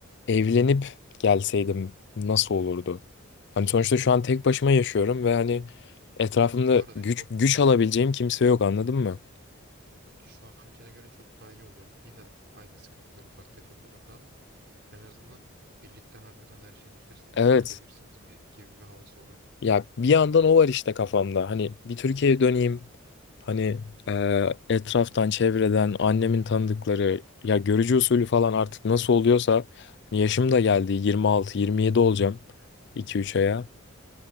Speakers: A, on the left; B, on the right.
A: evlenip gelseydim nasıl olurdu? Hani sonuçta şu an tek başıma yaşıyorum ve hani etrafımda
B: Bu arada
A: güç
B: çok
A: güç alabileceğim kimse yok anladın mı?
B: Bak şu ankine göre çok daha iyi oluyor. Yine aynı sıkıntılar ufak tefek olurdu ama en azından birlikte harbiden her şeyin üstesinden
A: Evet.
B: gelirsiniz bir, gibi bir havası olurdu.
A: Ya bir yandan o var işte kafamda. Hani bir Türkiye'ye döneyim. Hani eee, etraftan, çevreden, annemin tanıdıkları ya görücü usulü falan artık nasıl oluyorsa hani yaşım da geldi 26, 27 olacağım 2-3 aya.